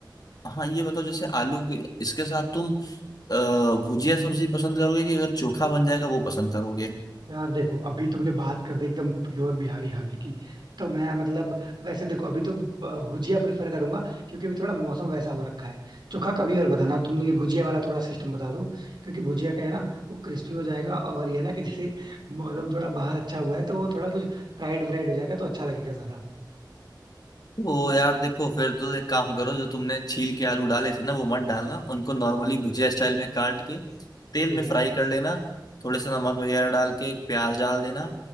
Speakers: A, on the left; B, on the right.
A: हाँ ये बताओ जैसे आलू के इसके साथ तुम अ, भुजिया सब्जी पसंद करोगे कि अगर चोखा बन जाएगा वो पसंद करोगे
B: यार देखो अभी तुमने बात कर दी एकदम प्योर बिहारी खाने की तो मैं मतलब वैसे देखो अभी तो अ, भुजिया प्रिफर करूंगा क्योंकि अभी थोड़ा मौसम वैसा हो रखा है चोखा कभी और बताना तुम मुझे भुजिया वाला थोड़ा सिस्टम बता दो क्योंकि भुजिया का है ना वो क्रिस्पी हो जाएगा और ये है ना कि जैसे मौसम थोड़ा बाहर अच्छा हुआ है तो वो थोड़ा कुछ फ्राइड फ्राइड हो जाएगा तो अच्छा लगेगा ज्यादा
A: वो यार देखो फिर तो एक काम करो जो तुमने छील के आलू डाले थे ना वो मत डालना उनको नॉर्मली भुजिया स्टाइल में काट के तेल
B: ठीक
A: में
B: है
A: फ्राई कर लेना थोड़े से नमक वगैरह डाल के एक प्याज डाल देना